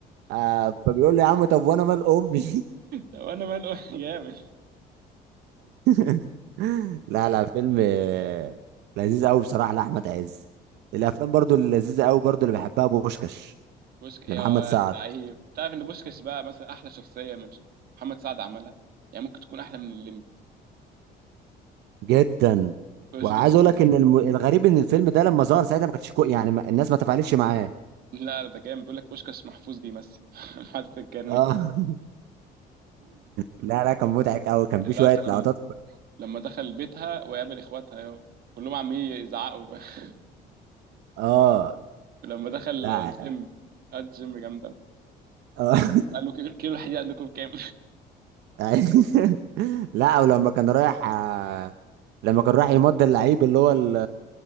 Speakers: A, on the right; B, on the right.
A: آه فبيقول له يا عم طب وانا مال امي
B: طب انا ماله <laughs> جامد
A: <laughs> لا لا فيلم آه، لذيذ قوي بصراحه لاحمد عز الافلام برضو اللذيذه قوي برضو اللي بحبها بوشكاش
B: بوشك يا
A: لمحمد سعد
B: لعيب تعرف ان بوشكش بقى مثلا احلى شخصيه من محمد سعد عملها يعني ممكن تكون احلى من الليمبي
A: جدا
B: بوشكش
A: وعايز اقول
B: رهيب
A: لك ان الم- الغريب ان الفيلم ده لما ظهر ساعتها ما كانتش كو- يعني ما- الناس ما تفاعلتش معاه
B: لا لا ده جامد بيقول لك بوشكش محفوظ بيمثل <laughs> حاطط الكارنيه
A: اه <laughs> لا لا كان مضحك قوي كان
B: لا
A: في شويه لقطات
B: لما دخل بيتها وقابل اخواتها يا كلهم عمالين يزعقوا <laughs>
A: اه
B: ولما دخل
A: لا
B: الجيم قعد الجيم جامد أوي.
A: اه
B: قال له قال له كيلو كيلو الحديد عندكم كام؟
A: <laughs> لا ولما كان رايح آه، لما كان رايح يمضي اللعيب اللي هو ال...